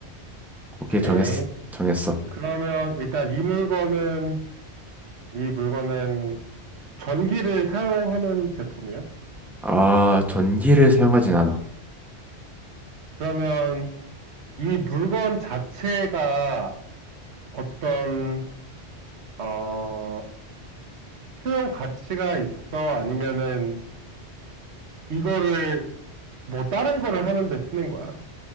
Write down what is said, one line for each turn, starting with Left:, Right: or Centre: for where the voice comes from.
Centre: 오케이,
Right: 오케이.
Centre: 정했어. 정했어.
Right: 그러면 일단 이 물건은, 이 물건은 전기를 사용하는 제품이야?
Centre: 아, 전기를 사용하진 않아.
Right: 그러면 이 물건 자체가 어떤 어, 수용 가치가 있어? 아니면은 이거를 뭐 다른 거를 하는데 쓰는 거야?